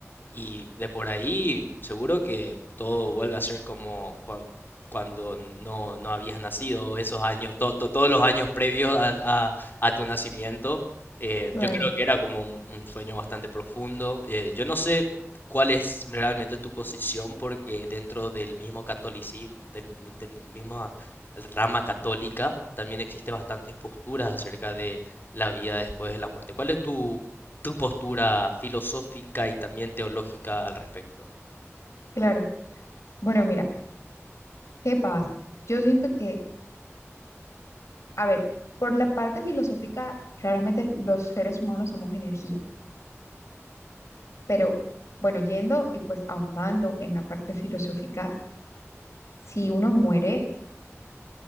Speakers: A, on the left (about 40°); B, on the left (about 70°).
A: y de por ahí, seguro que todo vuelve a ser como cua- cuando no, no habías nacido, esos años, to- to- todos los años previos a, a- a tu nacimiento. Eh,
B: Claro,
A: yo creo que era como un, un sueño bastante profundo. Eh, yo no sé cuál es realmente tu posición, porque dentro del mismo catolicismo, del, mi- del mismo rama católica, también existe bastantes posturas acerca de la vida después de la muerte. ¿Cuál es tu tu postura filosófica y también teológica al respecto.
B: claro. Bueno, mira, ¿qué pasa? Yo siento que, a ver, por la parte filosófica, claramente los seres humanos somos energía, pero bueno, yendo y pues ahondando en la parte filosófica, si uno muere,